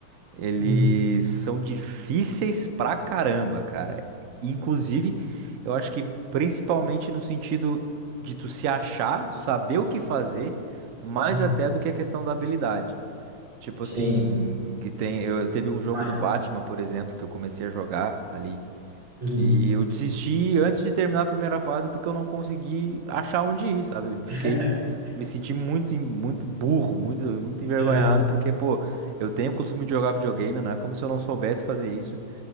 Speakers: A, on the right (about 80°); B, on the right (about 60°).
A: eles
B: Uhum.
A: são difíceis pra caramba, cara. Inclusive, eu acho que principalmente no sentido de tu se achar, tu saber o que fazer, mais
B: Uhum.
A: até do que a questão da habilidade. Tipo
B: Sei,
A: assim,
B: sim.
A: que tem, eu teve um jogo
B: Mas.
A: do Batman, por exemplo, que eu comecei a jogar ali
B: Uhum.
A: que eu desisti antes de terminar a primeira fase porque eu não consegui achar onde ir, sabe? Eu Fiquei,
B: <laughs>
A: me senti muito, em- muito burro, muito, muito envergonhado
B: Uhum.
A: porque, pô, eu tenho o costume de jogar videogame, né? Como se eu não soubesse fazer isso.